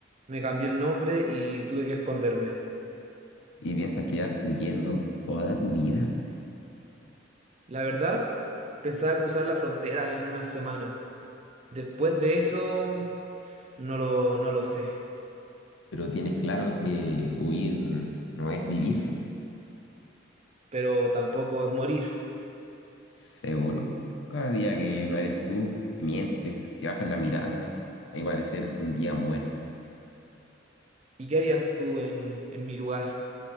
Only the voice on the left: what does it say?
¿Y piensas quedarte huyendo toda tu vida?
Pero tienes claro que huir no es vivir.
Seguro. Cada día que no eres tú, que mientes, que bajas la mirada, a mi parecer es un día muerto.